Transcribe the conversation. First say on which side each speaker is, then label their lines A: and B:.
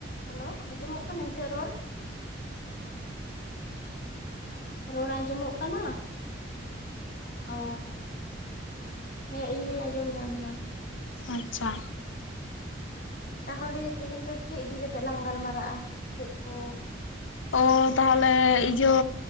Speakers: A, on the left; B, on the left.
A: Hello ᱟᱸᱡᱚᱢᱚᱜ ᱠᱟᱱᱟ ᱱᱤᱛᱚᱜ ᱨᱚᱲ? ᱨᱚᱲ ᱟᱸᱡᱚᱢᱚᱜ ᱠᱟᱱᱟ ᱚᱻ ᱦᱮᱸ ᱤᱧ ᱦᱚᱸᱧ ᱟᱸᱡᱚᱢ ᱧᱟᱢ ᱫᱟ᱾
B: ᱟᱪᱪᱷᱟ
A: ᱛᱟᱦᱚᱞᱮ ᱛᱮᱦᱮᱧ ᱫᱚ ᱪᱮᱫ ᱤᱫᱤ ᱠᱟᱛᱮᱜ ᱞᱟᱝ ᱜᱟᱞᱢᱟᱨᱟᱜᱼᱟ ᱪᱮᱫ ᱠᱚᱼᱼ
B: ᱚ ᱛᱟᱦᱚᱞᱮ ᱤᱡᱟᱹ